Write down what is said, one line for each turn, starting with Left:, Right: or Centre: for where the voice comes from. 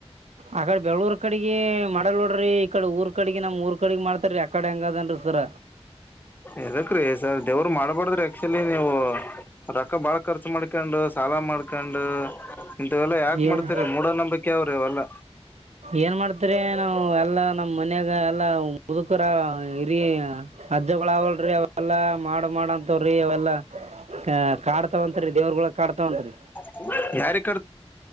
Right: ಆಕಡೆ ಬೆಂಗಳೂರು ಕಡೆಗೆ ಮಾಡಲ್ ನೋಡ್ರಿ ಈಕಡೆ ಊರ್ ಕಡೆಗೆ ನಮ್ ಊರ್ ಕಡೆ ಮಾಡ್ತಾರೀ ಆಕಡೆ ಹೆಂಗದನ್ ಸರ
Left: ಎದಕ್ರೀ ಸರ್ ದೇವರು ಮಾಡ್ಬಾರಡ್ದ್ರಿ ಆಕ್ಚುಲಿ ನೀವು - ರೊಕ್ಕ ಬಾಳ ಖರ್ಚು ಮಾಡ್ಕೊಂಡು ಸಾಲ ಮಾಡ್ಕೊಂಡು ಇಂತವೆಲ್ಲಾ ಯಾಕ
Right: ಏನು
Left: ಮಾಡ್ತರಿ ಮೂಢ ನಂಬಿಕೆವ್ರೀ ಅವಲ್ಲಾ.
Right: ಏನ್ ಮಾಡ್ತರಿ ನಾವು ಎಲ್ಲಾ ನಮ್ಮ್ ಮನ್ಯಾಗ ಎಲ್ಲಾ ಮುದುಕರ ಹಿರಿ ಅಜ್ಜಾಗೊಳ ಅದಾವಲ್ರಿ ಅವೆಲ್ಲಾ ಮಾಡ ಮಾಡ ಅಂತಾವ್ರೀ ಅವೆಲ್ಲಾ. ಅ ಕಾಡ್ತಾವಂತರಿ ದೇವ್ರಗೊಳ ಕಾಡ್ತಾವಂತ್ರಿ.
Left: <inaudible>